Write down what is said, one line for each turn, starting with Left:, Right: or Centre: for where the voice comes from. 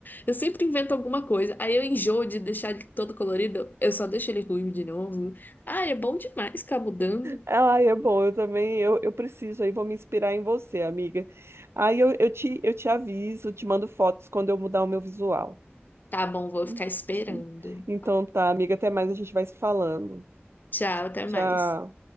Left: Eu sempre invento alguma coisa. Aí eu enjoo de deixar ele todo colorido, eu só deixo ele ruivo de novo. Ah, é bom demais ficar mudando.
Right: Ai, é bom, eu também, eu, eu preciso aí, vou me inspirar em você, amiga. Aí eu, eu te, eu te aviso, te mando fotos quando eu mudar o meu visual.
Left: Tá bom, vou
Right: Hum,
Left: ficar esperando.
Right: sim. Então tá, amiga, até mais, a gente vai se falando.
Left: Tchau, até
Right: Tchau.
Left: mais.